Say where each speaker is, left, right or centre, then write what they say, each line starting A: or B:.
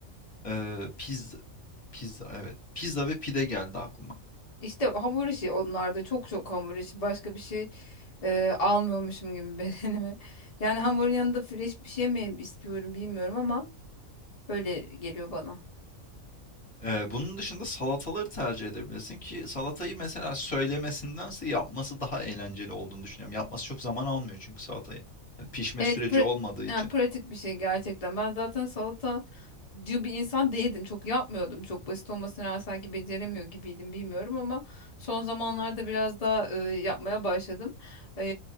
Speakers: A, on the left; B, on the left.
A: Eee, pizza, pizza evet. Pizza ve pide geldi aklıma.
B: İşte hamur işi onlarda çok çok hamur işi başka bir şey eee, almıyormuşum gibi <laughs> bedenime. Yani hamurun yanında fresh bir şey mi istiyorum bilmiyorum ama öyle geliyor bana.
A: Ee, bunun dışında salataları tercih edebilirsin ki salatayı mesela söylemesindense yapması daha eğlenceli olduğunu düşünüyorum. Yapması çok zaman almıyor çünkü salatayı. Hani pişme
B: Evet
A: süreci
B: pra-
A: olmadığı için.
B: yani pratik bir şey gerçekten. Ben zaten salata cı bir insan değildim. Çok yapmıyordum. Çok basit olmasına rağmen sanki beceremiyor gibiydim bilmiyorum ama son zamanlarda biraz daha e, yapmaya başladım. E,